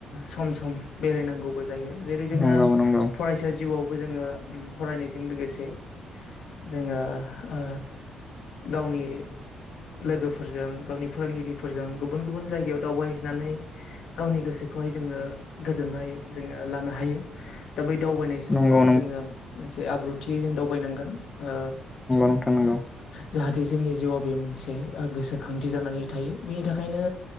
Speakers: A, on the left (about 75°); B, on the left (about 20°).
A: सम सम बेरायनांगौबो जायो। जेरै जोंङो
B: नंगौ नंगौ
A: फरायसा जिउआवबो जोंङो फरायनाय जों लोगोसे जोंङो ओ गावनि लोगोफोरजों, गावनि फोरोंगिरिफोरजों गुबुन गुबुन जायगायाव दावबायहैनानै गावनि गोसोखौहाय जोंङो गोजोननाय जोंङो लानो हायो। दा बै दावबायनाय समाव
B: नंगौ
A: जोंङो मोनसे आब्रुथियै जों दावबायनांगोन। ओ
B: नोंथां नंगौ
A: जाहाथे जोंनि जिउआव बेयो मोनसे गोसोखांथि जानानै थायो। बिनि थाखायनो